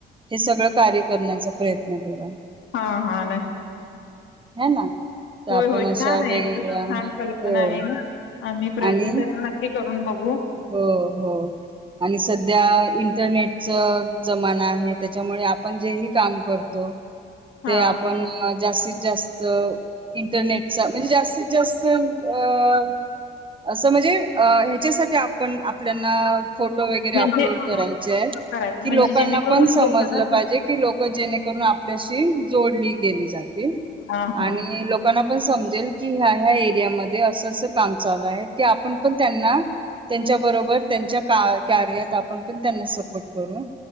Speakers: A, on the right; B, on the left.
A: हे सगळं कार्य करण्याचा प्रयत्न करा.
B: हा हा
A: हे ना. तर
B: होय-होय
A: आपण
B: छान
A: अशा
B: आहे.
A: वेगवेगळ्या
B: खूप छान कल्पना
A: हो
B: आहे. आम्ही प्रयत्न
A: आणि
B: तर नक्की. करून बघू.
A: हो. हो. आणि सध्या इंटरनेट. च जमाना आहे. त्याच्यामुळे आपण जे हे काम करतो.
B: हा
A: ते आपण जास्तीत-जास्त. इंटरनेटचा. म्हणजे जास्तीत जास्त अ. असं म्हणजे अ ह्याच्यासाठी आप पण आपल्याना फोटो वगैरे
B: म्हणजे
A: अपलोड करायचे आहे.
B: करायचं
A: की
B: म्हणजे
A: लोकांना
B: जेणेकरून
A: पण समजलं
B: लोकांना
A: पाहिजे. की लोक जेणेकरून आपल्याशी जोडली गेली जातील.
B: हां, हां.
A: आणि लोकांना पण समजेल की. ह्या-ह्या एरिया मध्ये. असं-असं काम चालू आहे. कि आपण पण त्यांना. त्यांच्या बरोबर त्यांच्या का कार्यात आपण पण त्यांना स -- <unintelligible> करू